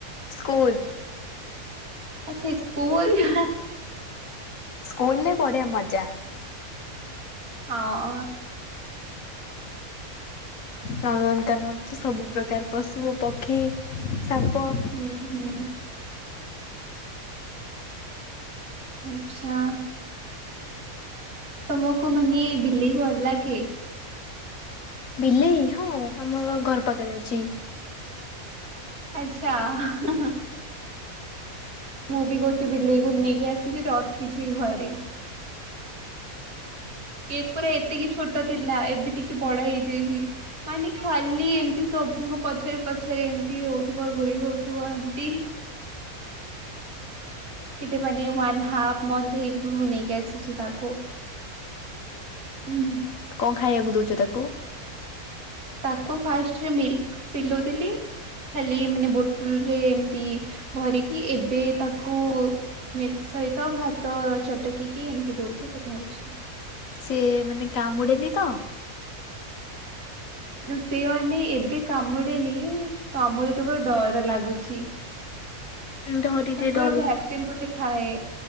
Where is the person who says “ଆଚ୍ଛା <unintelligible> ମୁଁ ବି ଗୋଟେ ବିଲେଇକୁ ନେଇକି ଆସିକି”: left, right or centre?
Right